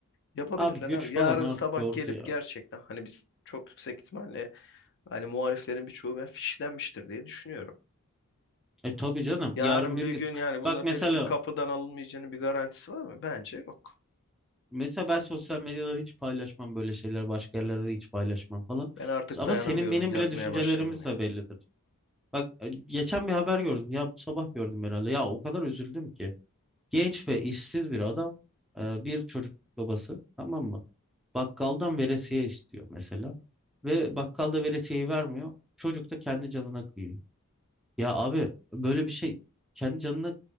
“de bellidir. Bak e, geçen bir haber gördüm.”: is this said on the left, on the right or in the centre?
Centre